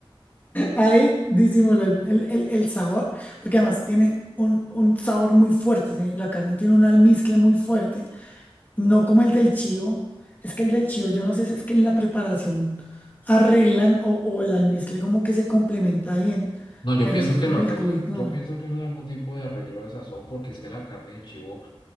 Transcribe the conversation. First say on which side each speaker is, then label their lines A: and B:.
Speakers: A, on the left (about 20°); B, on the left (about 65°).
A: ahí disimuló el, el- el- el sabor, porque además tiene un, un sabor muy fuerte. ¿sí? La carne tiene un almizcle muy fuerte. No como el del chivo. Es que el del chivo, yo no sé si es que en la preparación arreglan o, o el almizcle como que se complementa bien,
B: No, yo
A: pero
B: pienso
A: es que
B: que
A: con
B: lo arregla
A: el cuy no.
B: Yo pienso que eso es algún tipo de arreglo de sazón porque es que la carne de chivo